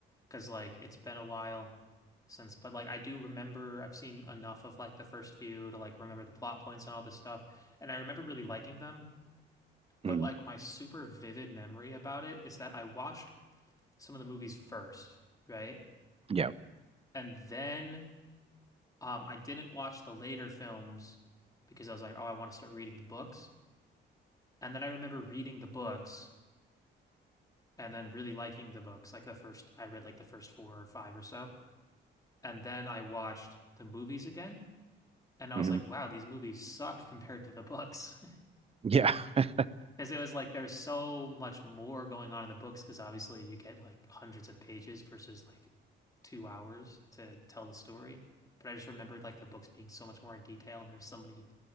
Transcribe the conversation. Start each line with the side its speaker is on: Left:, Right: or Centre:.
Left: because like it's been a while since, but like I do remember I've seen enough of like the first few to like remember the plot points and all this stuff, and I remember really liking them. but
Right: Mm,
Left: like my super vivid memory about it is that I watched some of the movies first, right?
Right: yeah,
Left: And then um, I didn't watch the later films because I was like, oh, I want to start reading the books. And then I remember reading the books and then really liking the books. Like the first, I read like the first four or five or so. And then I watched the movies again. And I
Right: mhm,
Left: was like, wow, these movies suck compared to the books.
Right: yeah. <laughs>
Left: Because it was like there's so much more going on in the books, because obviously you get like hundreds of pages versus like two hours to tell the story. But I just remembered like the books being so much more in detail, and there's so many